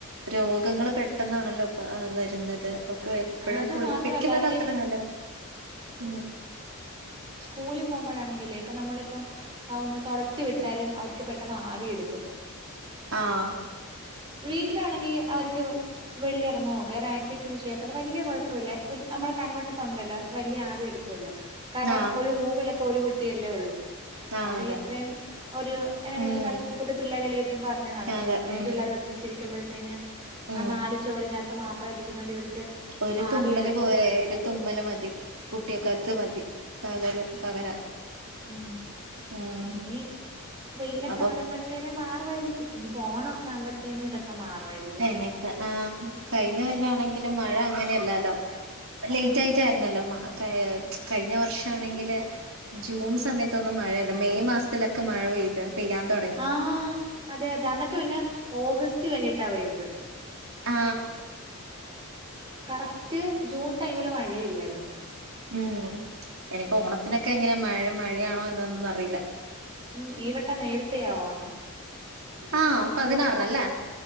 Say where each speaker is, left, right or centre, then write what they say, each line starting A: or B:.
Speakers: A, on the right; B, on the right.
A: രോഗങ്ങള് പെട്ടെന്നാണല്ലൊ. ആഹ് വര്ന്നത് അപ്പം എപ്പഴും
B: അത്
A: കുളിപ്പിക്ക്ന്നത്
B: മാത്രല്ല അവര്
A: അത്ര നല്ലത് ഉം
B: സ്കൂളി പോവുമ്പഴാണെങ്കില്. ഇപ്പ നമ്മളിപ്പൊ ആഹ് ഒന്ന് തൊടച്ച് വിട്ടാല് അവർക്ക് പെട്ടെന്ന് ആവി ഇട്ക്കും
A: ആഹ്
B: വീട്ടിലാണെങ്കി അവര്ക്ക് വെള്ളിഎറങ്ങൊ. വേറെ ആക്ടിവിറ്റി ചെയ്യ വല്യ കൊഴപ്പല്ല നമ്മളെ കൺവെട്ടത്തുണ്ടല്ലൊ. അവർക്ക് വല്യ ആവി എട്ക്കൂല്ല. കാരണം
A: ആഹ്
B: ഒരു റൂമിലൊക്കെ ഒരു കുട്ടിയല്ലെ ഉള്ളു.
A: ആഹ്
B: അവ്ടെ
A: അതെ
B: ഇത്രേം ഒര് എങ്ങനെ
A: ഉം
B: പത്ത് മുപ്പത് പിള്ളേരല്ലെ കൊറഞ്ഞു കാണൊലോ.
A: അതെ
B: അപ്പൊ അത്രേം
A: ഉം
B: പിള്ളെര് ഒരുമിച്ചിരിക്കുമ്പഴത്തീന്
A: ഉം
B: ആ നാല് ചുവറിനകത് മാത്രം ഇരിക്കുന്നോണ്ട് ഇവർക്ക്
A: ഒരു
B: ആവി
A: തുമ്മല്
B: എടുക്കും
A: പോരെ ഒരു തുമ്മല് മതി. കുട്ടീക്കത് മതി. പകരം പകരാൻ
B: ഉം
A: ഉം
B: ഇനി. വെയിലൊക്കെ
A: അപ്പൊ
B: വരുമ്പ ത്തേന് മാറുആയിരിക്കും. ഇനിയിപ്പൊ ഓണൊക്കെ ആവുമ്പത്തിന് ഇതൊക്കെ മാറുആയിരി
A: നിപ്പ. ആഹ് കഴിഞ്ഞ കൊല്ലാണെങ്കിലും മഴ അങ്ങനെയല്ലാലൊ ലെയ്റ്റായ്റ്റായിരുന്നല്ലൊ കഴി കഴിഞ്ഞ വർഷാണെങ്കില് ജൂൺ സമയത്തൊന്നും മഴയില്ല മെയ് മാസത്തിലൊക്കെ മഴ പെയ്ത് പെയ്യാൻ തുടങ്ങ
B: ആ അതെ അതെ അന്നിട്ടുപിന്നെ ഓഗസ്റ്റ് കഴിഞ്ഞിട്ടാ പെയ്യ്തത്
A: ആ
B: കറക്റ്റ് ജൂൺടൈമില് മഴ ഇല്ലായിരുന്നു
A: ഉം എനിപ്പോ ഓണത്തിനെക്കെ എങ്ങനെയാ മഴ മഴയാണോ എന്നൊന്നും അറിയില്ല
B: ഉം ഈവട്ടം നേരത്തെയാ ഓണം
A: ആ പതിനാറിനല്ലേ